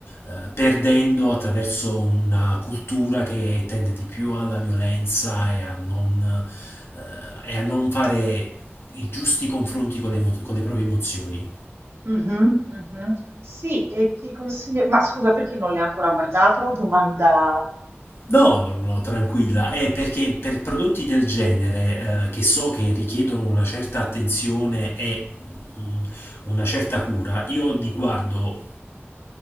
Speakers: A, on the left; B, on the right.
A: eh, perdendo attraverso una cultura che tende di più alla violenza e a non, eh, e a non fare i giusti confronti con le emo- con le proprie emozioni.
B: Mhm, Mhm. Sì, e ti consiglio... Ma scusa, perché non l'hai ancora guardato? Domanda...
A: No, no, no, tranquilla. È perché per prodotti del genere, eh, che so che richiedono una certa attenzione e mm, una certa cura, io li guardo